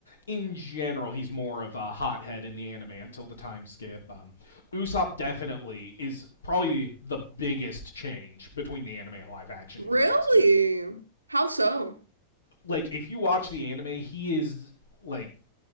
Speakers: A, on the left (about 70°); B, on the right (about 80°).
A: in general, he's more of a hothead in the anime until the time skip. Um, Usopp definitely is probably the biggest change between the anime and live action,
B: Really?
A: if you ask me.
B: How so?
A: Like, if you watch the anime, he is like